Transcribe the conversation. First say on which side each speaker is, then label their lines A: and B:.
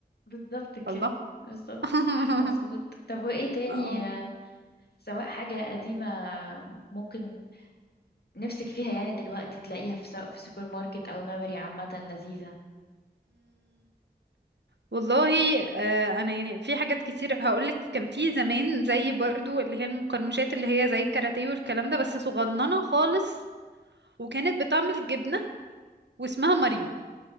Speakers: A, on the left; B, on the right.
A: بالظبط كده
B: الله
A: بالظبط
B: <laughs>
A: صح مظبوط طب وإيه تاني
B: اه
A: آه، سواء حاجة قديمة ممكن نفسك فيها يعني دلوقتي تلاقيها في سواء في سوبر ماركت أو ميموري عامة لذيذة
B: والله آه، انا يعني في حاجات كتير هقولك كان في زمان زي برضو اللي هي المقرمشات اللي هي زي الكاراتيه والكلام ده بس صغننه خالص وكانت بتعمل جبنه واسمها ماريو